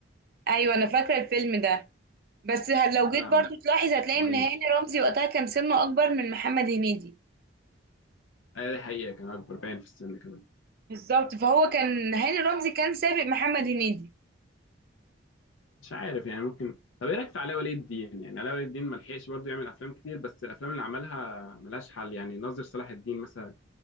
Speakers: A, on the right (about 50°); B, on the left (about 80°).
A: ايوه انا فاكرة الفيلم ده بس هل
B: كان
A: لو
B: طلع
A: جيت برضو
B: مش-
A: تلاحظ هتلاقي
B: معيب
A: ان هاني رمزي وقتها كان سنه اكبر من محمد هنيدي
B: آه دي حقيقة كان اكبر باين في السن كمان
A: بالظبط فهو كان هاني رمزي كان سابق محمد هنيدي
B: مش عارف يعني ممكن طب ايه رايك في علاء ولي الدين يعني علاء ولي الدين ما لحقش برضه يعمل افلام كتير بس الافلام اللي عملها ملهاش حل يعني ناظر صلاح الدين مثلا